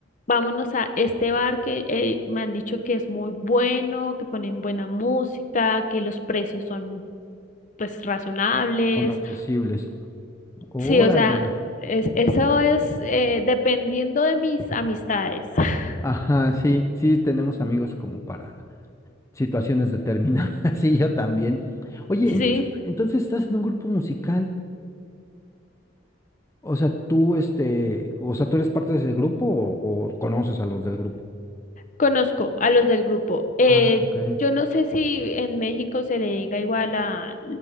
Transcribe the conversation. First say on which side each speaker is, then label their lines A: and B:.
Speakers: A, on the left; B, on the left.
A: vámonos a este bar que eh, me han dicho que es muy bueno, que ponen buena música, que los precios son pues razonables.
B: Son accesibles. Órale.
A: Sí, o sea, es, eso es eh, dependiendo de mis amistades. <laughs>
B: Ajá, sí, sí, tenemos amigos como para situaciones determinadas. <laughs> Sí, yo también. Oye,
A: Sí,
B: entonces, entonces estás en un grupo musical. O sea, tú, este, o sea, tú eres parte de ese grupo o, o conoces a los del grupo.
A: conozco a los del grupo. Eh,
B: Ah, ok.
A: yo no sé si en México se le diga igual a